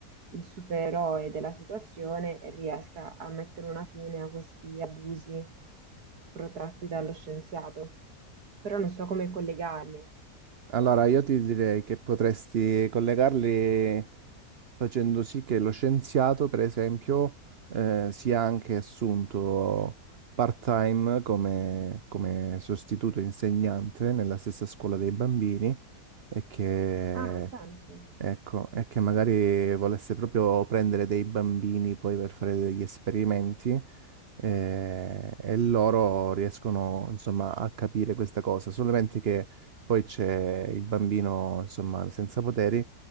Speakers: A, on the right (about 85°); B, on the right (about 50°).
A: il supereroe della situazione e riesca a mettere una fine a questi abusi protratti dallo scienziato. Però non so come collegarli.
B: allora io ti direi che potresti collegarli facendo sì che lo scienziato, per esempio, eh, sia anche assunto part-time come, come sostituto insegnante nella stessa scuola dei bambini e che
A: Ah, ha senso.
B: Ecco, è che magari volesse proprio prendere dei bambini poi per fare degli esperimenti eh, e loro riescono insomma a capire questa cosa, solamente che poi c'è il bambino insomma senza poteri